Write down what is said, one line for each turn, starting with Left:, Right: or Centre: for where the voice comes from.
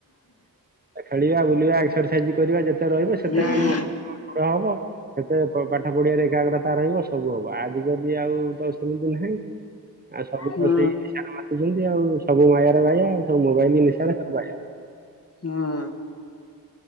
Right: ଖେଳିବା ବୁଲିବା ଏକ୍ରସାଇଜ କରିବା ଯେତେ ରହିବ ସେତେ
Left: ନାଇଁ
Right: ମାନେ ମତେ ହବ ସେତେ ପାଠ ପଢିବାରେ ଏକାଗ୍ରତା ରହିବ ସବୁ ହବ ଆଜିକାଲି ଆଉ ଦଶମିତି ନାହିଁ। ଆଉ ସବୁ ତ
Left: ହଁ
Right: ସେଇ ନିଶାରେ ମାଚୁଛନ୍ତି ଆଉ ସବୁ ମାୟାରେ ବାା ସବୁ ମୋବାଇଲ ନିଶାରେ ସବୁ ବା
Left: ହଁ